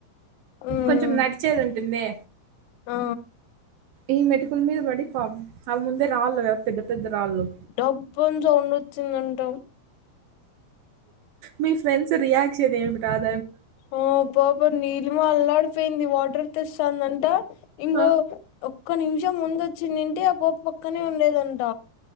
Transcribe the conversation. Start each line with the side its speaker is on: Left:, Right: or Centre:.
Left: ఉమ్,
Right: కొంచెం నడిచేది ఉంటుందే
Left: ఆ
Right: ఈ మెటుకున్ మీద పడి పాప అవి ముందే రాళ్ళు పెద్ద పెద్ద రాళ్ళు
Left: డబ్బుంట్లో ఉండి వచ్చిందంట
Right: మీ ఫ్రెండ్స్ రియాక్షన్ ఏమి కాద్
Left: ఆ పాబ నీలి అల్లాడిపోయింది వాటర్ తెస్తాందంట ఇంగో
Right: ఆ!
Left: ఒకక్క నిమిషం ముందుచ్ చిన్నింటి ఆ పోపు పక్కనే ఉండేదంట